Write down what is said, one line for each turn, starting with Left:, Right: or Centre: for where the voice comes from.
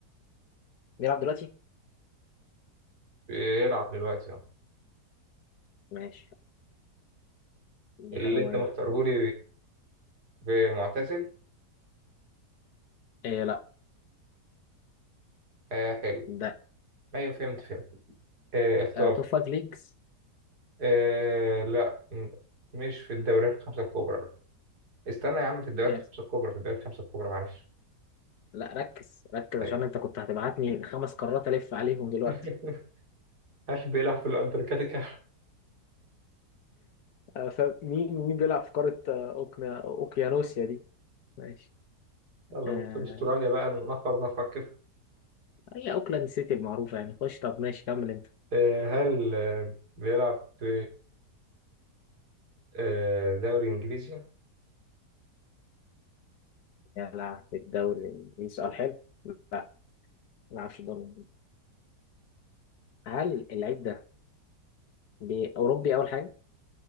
Left: بيلعب دلوقتي
Right: بيلعب دلوقتي اه
Left: ماشي دي
Right: اللي
Left: حاجه
Right: انت
Left: مهمه
Right: مختاره لي بمعتزل
Left: إيه لا
Right: آه حلو
Left: ده
Right: ما فهمت فهمت آه، اختار
Left: آه توب فايف ليجز
Right: آه لا م- مش في الدوريات الخمسة الكبرى لا. استنى يا عم في الدوريات
Left: يس
Right: الخمسة الكبرى في الدوريات الخمسة الكبرى معلش
Left: لا ركز ركز
Right: أيوة.
Left: عشان انت كنت هتبعتني خمس قارات الف عليهم دلوقتي
Right: <laughs> هل بيلعب في الأنتاركتيكا؟
Left: آه فمين مين بيلعب في قاره آه أوكنا- اوكيانوسيا دي ماشي
Right: يلا
Left: آه
Right: بص أستراليا بقى نفر نفر كده
Left: هي اوكلاند سيتي المعروفه يعني خش طب ماشي كمل انت
Right: آه هل آه بيلعب في آه دوري إنجليزي؟
Left: يا لا في الدوري الإنجليزي سؤال حلو لا ما أعرفش الدوري الإنجليزي هل اللعيب ده بي- أوروبي أول حاجة